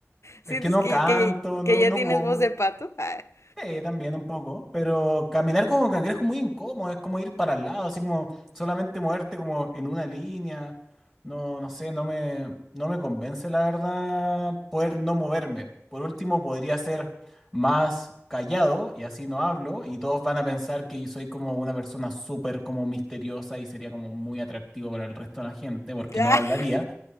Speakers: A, on the left (about 65°); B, in the centre.
A: ¿Sientes
B: es que no
A: que,
B: canto,
A: que,
B: no,
A: que ya
B: no
A: tienes
B: ocupo,
A: voz de pato? Ah. <laughs>
B: Sí, también un poco, pero caminar como cangrejo es muy incómodo, es como ir para el lado, así como solamente moverte como en una línea. No, no sé, no me, no me convence la verdad poder no moverme. Por último, podría ser más callado y así no hablo y todos van a pensar que yo soy como una persona súper como misteriosa y sería como muy atractivo para el resto de la gente porque
A: Ah,
B: no hablaría.